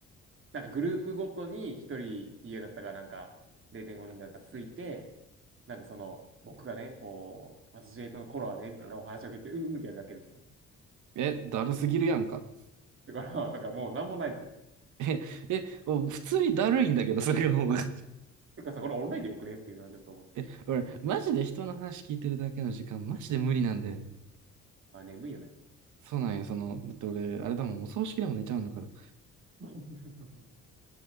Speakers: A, on the right (about 45°); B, on the right (about 75°).
A: なんかグループごとに一人 PA だったかなんか、0.5人だったかついて、なんかその、僕がね、こう、アソシエイトの頃はね、みたいなお話を聞いて、うんうんってやるだけです。
B: え、だるすぎるやんか。
A: だから、なんかもうなんもないですよ。
B: え、え、普通にだるいんだけど、それも <laughs>
A: てかさ、これオンラインでよくねっていうのはちょっと思って。
B: え、俺、マジで人の話聞いてるだけの時間、マジで無理なんだよね。
A: あ、眠いよね。
B: そうなんや、その、だって俺、あれだもん、お葬式でも寝ちゃうんだから。
A: <laughs>